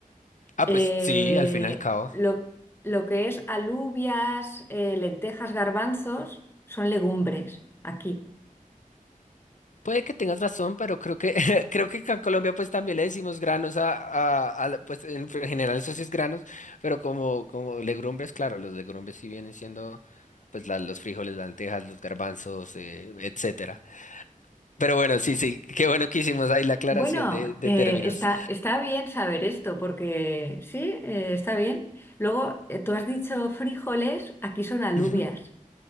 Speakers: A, on the left; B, on the left.
A: Ah,
B: Eh,
A: pues sí, al fin y al cabo.
B: lo, lo que es alubias, eh, lentejas, garbanzos, son legumbres aquí.
A: Puede que tengas razón, pero creo que <laughs> creo que acá en Colombia pues también le decimos granos a, a- a la- pues en general eso sí es granos, pero como como legumbres, claro, los legumbres sí vienen siendo pues la- los frijoles, las lentejas, los garbanzos, eh, etcétera. Pero bueno, sí, sí, qué bueno que hicimos ahí la aclaración
B: Bueno,
A: de, de
B: eh,
A: términos.
B: está, está bien saber esto porque sí, eh, está bien. Luego, eh, tú has dicho frijoles, aquí son alubias.
A: Ujú.